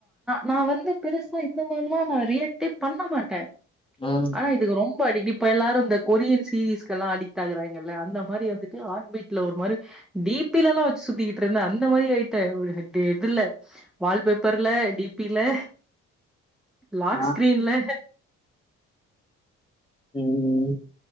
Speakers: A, in the centre; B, on the left (about 15°).
A: நான் வந்து பெருசா இந்த மாதிரிமா நான் ரியாக்டே பண்ண மாட்டேன்
B: ம்
A: ஆனா இதுக்கு ரொம்ப அடிக்ட் இப்ப எல்லாரு இந்த கொரியன் சீரீஸ்கு எல்லா அடிக்ட் ஆகறாங்கல்ல அந்த மாரி வந்துட்டு ஆட் பீட் இல்ல ஒரு மாரி டி பி லல்லாம் வெச்சுட்டு சுத்திக்கிட்டு இருந்தன் அந்த மாரி ஆயிட்டன் ஒரு இதுல வால் பேப்பர்ல டி பில லாக்
B: ஆ
A: ஸ்கிரீன்ல
B: ம்